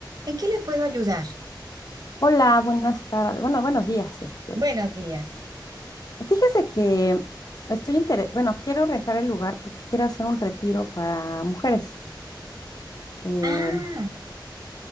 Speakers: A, on the right (about 55°); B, on the left (about 50°).
A: ¿En qué le puedo ayudar?
B: Hola, buenas tardes. Bueno, buenos días. Este,
A: Buenos días.
B: fíjese que estoy inter... bueno, quiero rentar el lugar porque quiero hacer un retiro para mujeres. Eh,
A: Ah,